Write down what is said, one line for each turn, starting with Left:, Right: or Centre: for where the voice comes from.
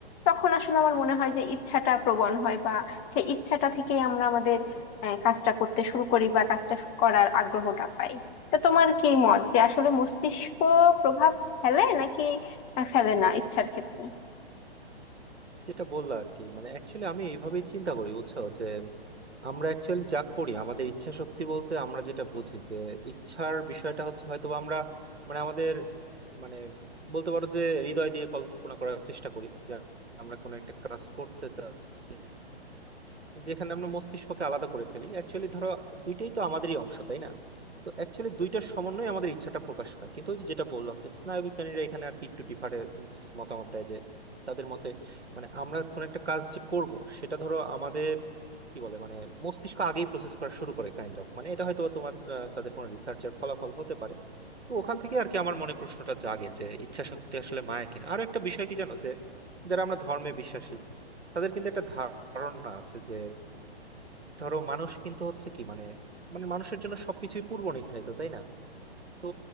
Left: তখন আসলে আমার মনে হয় যে ইচ্ছাটা প্রবণ হয় বা সেই ইচ্ছাটা থেকেই আমরা আমাদের আহ, কাজটা করতে শুরু করি বা কাজটা শু- করার আগ্রহটা পাই তো তোমার কি মত যে আসলে মস্তিষ্ক প্রভাব ফেলে নাকি আহ, ফেলে না ইচ্ছার ক্ষেত্রে
Right: যেটা বললা আর কি মানে অ্যাকচুয়ালি আমি এইভাবেই চিন্তা করি বুঝছো যে আমরা অ্যাকচুয়ালি যা করি আমাদের ইচ্ছা শক্তি বলতে আমরা যেটা বুঝি যে ইচ্ছার বিষয়টা হচ্ছে হয়তো বা আমরা মানে আমাদের মানে বলতে পারো যে হৃদয় দিয়ে কল্পনা করার চেষ্টা করি যে আমরা কোনো একটা কাজ করতে চাচ্ছি যেখানে আমরা মস্তিষ্ককে আলাদা করে ফেলি অ্যাকচুয়ালি ধরো দুইটাই তো আমাদেরই অংশ তাই না তো অ্যাকচুয়ালি দুইটার সমন্বয়ে আমাদের ইচ্ছাটা প্রকাশ পায় কিন্তু ওই যে যেটা বললাম যে স্নায়ুবিজ্ঞানীরা এখানে আর কি একটু ডিফারেন্স মতামত দেয় যে তাদের মতে মানে আমরা কোন একটা কাজ যে করব সেটা ধরো আমাদের কি বলে মানে মস্তিষ্ক আগেই প্রসেস করা শুরু করে কাইন্ড অফ মানে এটা হয়তো বা তোমার আহ, তাদের কোনো রিসার্চের ফলাফল হতে পারে তো ওখান থেকে আর কি আমার মনে প্রশ্নটা জাগে যে ইচ্ছা শক্তি আসলে মায়া কিনা আরো একটা বিষয় কি জানো যে যারা আমরা ধর্মে বিশ্বাসী তাদের কিন্তু একটা ধারণা আছে যে ধরো মানুষ কিন্তু হচ্ছে কি মানে মানে মানুষের জন্য সবকিছুই পূর্ব নির্ধারিত তাই না তো